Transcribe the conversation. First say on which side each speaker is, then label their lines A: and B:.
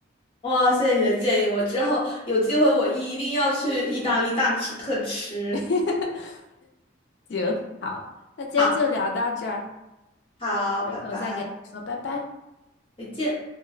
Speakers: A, on the left (about 30°); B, on the left (about 60°).
A: 哇，谢谢你的建议，我之后有机会我一一定要去意大利大吃特吃。
B: <laughs> 行，好，那今天就聊到这儿。
A: 好，好，
B: 回头再跟你说拜拜。
A: 拜拜，再见。